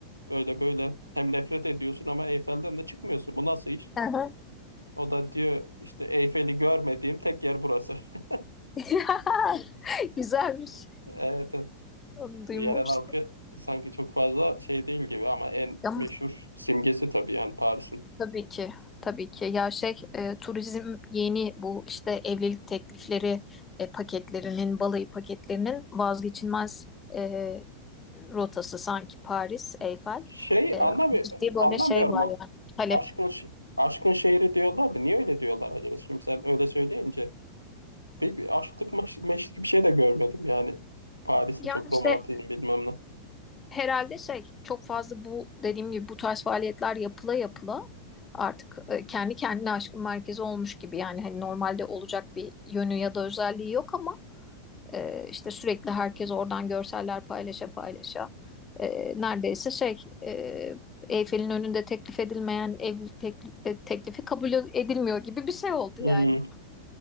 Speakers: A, on the right (about 85°); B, on the left (about 20°).
A: öyle böyle hem nefret ediyorsun ama Eyfel'den de çıkmıyorsun. Bu nasıl iş?
B: aha.
A: O da diyor işte Eyfel'i görmediğim tek yer burası. <laughs>
B: <laughs> Güzelmiş.
A: Evet, evet.
B: Onu duymamıştım.
A: Yerel halkı sanki çok fazla şey değil gibi ama en
B: Ya
A: meşhur simgesi tabii yani Paris'in.
B: Tabii ki, tabii ki. Ya şey, e, turizm yeni bu işte evlilik teklifleri e, paketlerinin, balayı paketlerinin vazgeçilmez e, rotası sanki Paris, Eyfel.
A: Şey
B: E,
A: anlamı
B: ciddi böyle
A: anlamıyorum
B: şey var
A: o
B: yani talep.
A: aşkın ş- aşkın şehri diyorlardı. Niye öyle diyorlar acaba? Şimdi sen öyle söyleyince bir, bir aşklık maş- meşlik bir şey de görmedim yani Paris'te
B: Yani
A: çok
B: işte
A: romantizm bilmem ne.
B: herhalde şey çok fazla bu dediğim gibi bu tarz faaliyetler yapıla yapıla artık e, kendi kendine aşkın merkezi olmuş gibi. Yani hani normalde olacak bir yönü ya da özelliği yok ama E, işte sürekli herkes oradan görseller paylaşa paylaşa. E, neredeyse şey e, Eyfel'in önünde teklif edilmeyen evlilik teklif, e, teklifi kabul edilmiyor gibi bir şey oldu
A: Hmm.
B: yani.